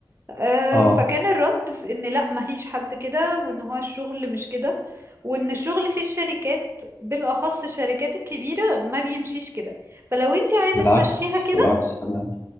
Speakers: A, on the right (about 30°); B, on the left (about 30°).
A: آه،
B: اه
A: فكان الرد في ان لا مفيش حد كده وان هو الشغل مش كده وان الشغل في الشركات بالاخص الشركات الكبيرة ما بيمشيش كده فلو انتي عايزة
B: بالعكس
A: تمشيها كده
B: بالعكس تمام